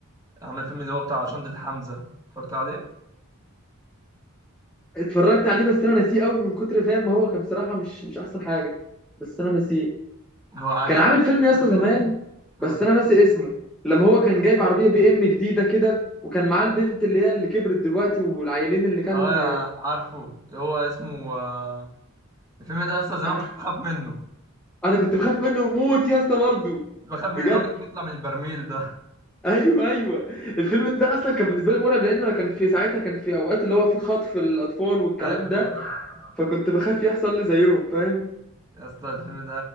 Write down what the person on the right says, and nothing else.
عمل فيلم اللي هو بتاع شنطة حمزة اتفرجت عليه
هو عجب
اه
اه عارفه هو اسمه آه، الفيلم ده اصلا زمان
كنت بخاف منه
بخاف من
الراجل اللي بيطلع من البرميل ده
ايوه
يا اسطى الفيلم ده